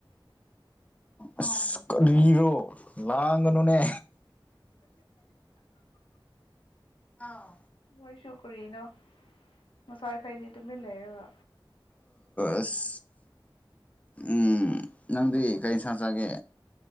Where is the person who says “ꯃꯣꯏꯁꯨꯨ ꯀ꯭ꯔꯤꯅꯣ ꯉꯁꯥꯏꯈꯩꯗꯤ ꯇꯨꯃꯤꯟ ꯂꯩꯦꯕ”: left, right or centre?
Left